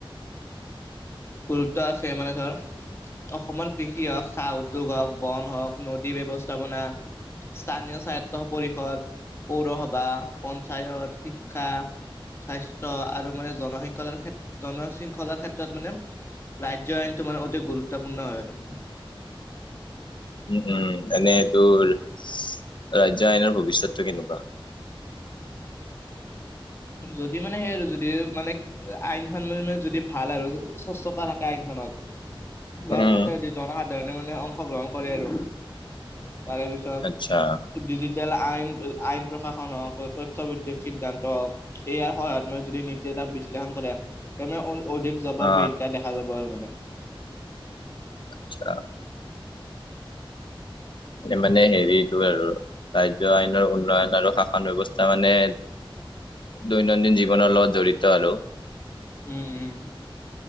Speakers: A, on the left; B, on the left.
A: গুৰুত্ব আছে মানে ধৰ অসমত কৃষি হওক চাহ উদ্যোগ হওক বন হওক নদী ব্যৱস্থাপনা স্থানীয় স্বায়ত্ত পৰিষদ, পৌৰসভা, পঞ্চায়ত, শিক্ষা স্বাস্থ্য আৰু মানে জনশৃংখলাৰ ক্ষেত জন শৃংখলাৰ ক্ষেত্ৰত মানে ৰাজ্য আইনটো মানে অতি গুৰুত্বপূৰ্ণ হয় আৰু।
B: উম উম এনে দূ ৰাজ্য আইনৰ ভৱিষ্যতটো কেনেকুৱা।
A: <inaudible> যদি মানে সেই আৰু যদি মানে আইনখন মানে মে যদি ভাল আৰু স্বচ্ছতা থাকে আইনখনত বাাৰ
B: উম
A: তাতে জনসাধাৰণে মানে অংশগ্ৰহণ কৰে আৰু। তাৰে পিছত
B: আচ্ছা
A: য আইন আইন প্ৰশাসন তথ্য ভিত্তিক সিদ্ধান্ত এয়াৰ সহায়ত ম যদি নীতি এটাক বিশ্লেষণ কৰে তে অধিক জবাব
B: অ
A: বিহা দেখা যাব আৰু মানে
B: আচ্ছা মানে হেৰিতটো আৰু ৰাজ্য আইনৰ উন্নয়ন আৰু শাসন ব্য্ৱস্থা মানে দৈনন্দিন জীৱনৰ লগত জড়িত আৰু
A: উম উম